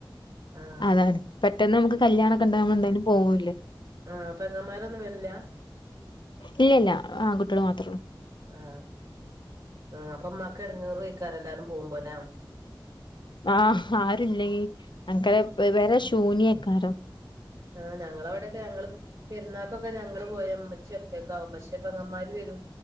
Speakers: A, on the right (about 35°); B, on the left (about 65°).
A: ആഹ്
B: അതാണ് പെട്ടെന്ന് നമുക്ക് കല്യാണമൊക്കെ ഉണ്ടാവുമെന്തായാലും പോവലേ
A: ആ പെങ്ങമാരൊന്നും വരില്ല
B: ഇല്ല ഇല്ല ആൺ കുട്ടികള് മാത്രൊള്ളു
A: ആ ആ അപ്പൊ അമ്മാക്ക് എടങ്ങേറ് <unintelligible> എല്ലാരും പോകുമ്പോല
B: ആഹ ആരുല്ലെങ്കി അപ്പൊ പെര ശൂനൃയ് ക്കാരം <unintelligible>
A: ആ ഞങ്ങളവ്ടൊക്കെ ഞങ്ങള് പെരുന്നാക്കൊക്കെ ഞങ്ങള് പോയ മ്മച്ചി ഒറ്റക്കാകും മ്മച്ചിപ്പൊ പെങ്ങമ്മാര് വരും